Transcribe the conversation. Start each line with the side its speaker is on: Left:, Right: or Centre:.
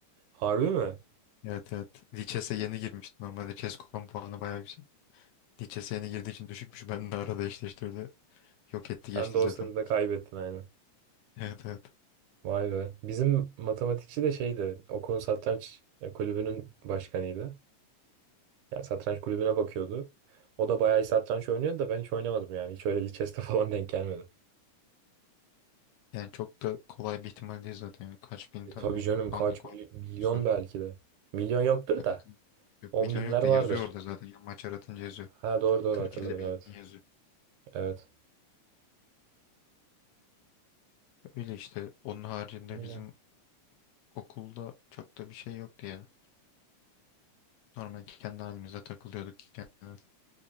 Right: Harbi mi?
Left: Evet evet. Lichess'e yeni girmişti. Normalde Chess.com puanı bayağı yüksek. Lichess'e yeni girdiği için düşükmüş. Ben de arada eşleştirdi. Yok etti geçti
Right: Ben de o
Left: zaten.
Right: sırada kaybettin aynen.
Left: Evet evet.
Right: Vay be. Bizim matematikçi de şeydi. Okulun satranç e, kulübünün başkanıydı. Yani satranç kulübüne bakıyordu. O da bayağı iyi satranç oynuyordu da ben hiç oynamadım yani. Hiç öyle lichess'te <laughs> falan denk gelmedi.
Left: Yani çok da kolay bir ihtimal değil zaten. Yani kaç bin
Right: E
Left: tane
Right: tabii canım kaç
Left: anlık
Right: mily-
Left: oyun
Right: milyon
Left: var.
Right: belki de. Milyon yoktur
Left: Evet.
Right: da.
Left: Yok
Right: On
Left: milyon
Right: binler
Left: yok da
Right: vardır.
Left: yazıyor orada zaten. Yani maç aratınca yazıyor.
Right: Ha doğru doğru
Left: 40-50
Right: hatırladım
Left: bin
Right: evet.
Left: yazıyor.
Right: Evet.
Left: Öyle işte. Onun haricinde
Right: Öyle.
Left: bizim okulda çok da bir şey yoktu ya. Normal kendi halimize takılıyorduk. Kendi